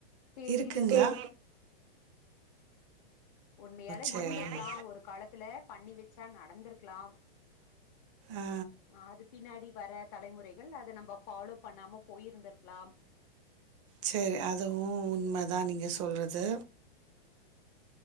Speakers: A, on the left; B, on the right.
A: தெரிலங்க
B: இருக்குங்ளா
A: உண்மையாலே
B: சேரி
A: இருந்துருக்லா ஒரு காலத்துல பண்ணி வச்சா நடந்துருக்லாம்
B: ஆ
A: அது பின்னாடி வர தலைமுறைகள் அத நம்ம ஃபாலோ பண்ணாம போயிருந்துருக்லாம்
B: சேரி அதுவு உண்மதா நீங்க
A: ம்
B: சொல்றது
A: ம்